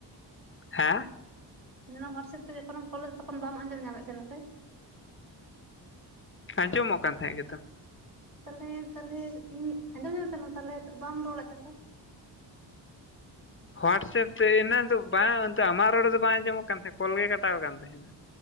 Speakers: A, on the left (about 30°); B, on the right (about 50°).
A: ᱦᱮᱸ?
B: ᱮᱱᱟᱱᱚᱜ ᱦᱚᱣᱟᱴᱥᱮᱯ ᱛᱮ ᱡᱚᱠᱷᱚᱱᱮᱢ ᱠᱚᱞ ᱞᱮᱫ ᱛᱚᱠᱷᱚᱱ ᱵᱟᱢ ᱟᱸᱡᱚᱢ ᱧᱟᱢ ᱮᱫ ᱛᱟᱦᱮᱸᱱᱟ ᱥᱮ?
A: ᱟᱸᱡᱚᱢᱚᱜ ᱠᱟᱱ ᱛᱟᱦᱮᱸᱫ ᱜᱮᱛᱚ᱾
B: ᱛᱟᱞᱦᱮ ᱛᱟᱞᱦᱮ ᱤᱧ ᱟᱸᱡᱚᱢ ᱧᱟᱢᱮᱫ ᱛᱟᱦᱮᱱᱟᱢ᱾ ᱛᱟᱞᱦᱮ ᱵᱟᱢ ᱨᱚᱲᱮᱫ ᱛᱟᱸᱦᱮᱡ ᱫᱚ?
A: ᱦᱳᱣᱟᱴᱥᱮᱯ ᱛᱮ ᱮᱱᱟ ᱫᱚ ᱵᱟᱝ ᱟᱢᱟᱜ ᱨᱚᱲ ᱨᱮ ᱫᱚ ᱵᱟᱝ ᱟᱸᱡᱚᱢᱚᱜ ᱠᱟᱱ ᱛᱟᱦᱮᱸᱫ, ᱠᱚᱞ ᱜᱮ ᱠᱟᱴᱟᱣ ᱟᱠ ᱛᱟᱦᱮᱱᱟ᱾